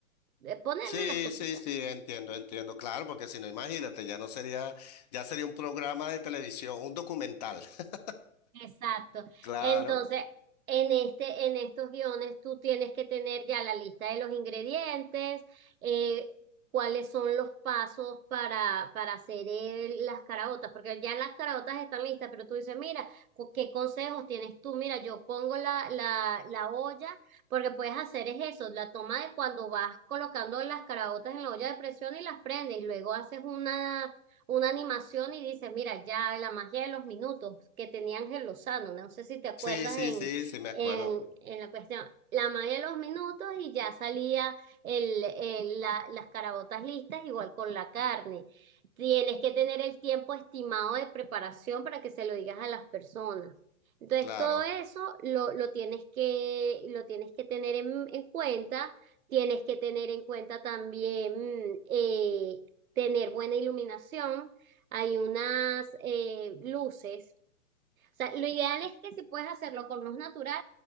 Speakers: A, on the right; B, on the left.
A: eh, ponerle
B: Sí,
A: las cositas.
B: sí, sí, entiendo, entiendo. Claro, porque si no, imagínate, ya no sería, ya sería un programa de televisión, un documental. <laughs>
A: Exacto.
B: Claro.
A: Entonces, en este, en estos guiones tú tienes que tener ya la lista de los ingredientes, eh, cuáles son los pasos para, para hacer el- las caraotas, porque ya las caraotas están listas, pero tú dices, mira, cu- ¿qué consejos tienes tú? Mira, yo pongo la, la, la olla, porque puedes hacer es eso, la toma de cuando vas colocando las caraotas en la olla de presión y las prendes, y luego haces una una animación y dice, mira, ya la magia de los minutos que tenía Ángel Lozano, no sé si te acuerdas
B: Sí, sí,
A: en,
B: sí, sí, me acuerdo.
A: en, en la cuestión, la magia de los minutos y ya salía el, el- la- las carabotas listas igual con la carne. Tienes que tener el tiempo estimado de preparación para que se lo digas a las personas. Entonces,
B: Claro.
A: todo eso lo, lo tienes que, lo tienes que tener en en cuenta. Tienes que tener en cuenta también mm, eh, tener buena iluminación, hay unas eh, luces. O sea, lo ideal es que si puedes hacerlo con luz natural,